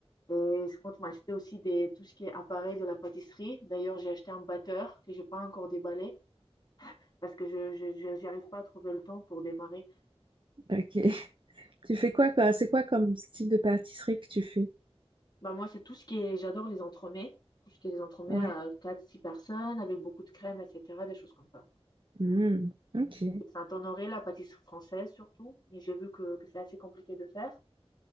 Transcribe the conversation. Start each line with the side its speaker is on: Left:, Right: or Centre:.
Left: et je compte m'acheter aussi des, tout ce qui est appareil de la pâtisserie. D'ailleurs, j'ai acheté un batteur que j'ai pas encore déballé parce que je, je, je- j'arrive pas à trouver le temps pour démarrer.
Right: Ok. <laughs> Tu fais quoi, quoi? C'est quoi comme style de pâtisserie que tu fais?
Left: Ben, moi, c'est tout ce qui est, j'adore les entremets. Tout ce qui est des entremets
Right: Ouais.
Left: à quatre six personnes avec beaucoup de crème, etc., des choses comme ça.
Right: Hmm. Ok.
Left: Saint-Honoré, la pâtisserie française surtout. Mais j'ai vu que, que c'est assez compliqué de faire.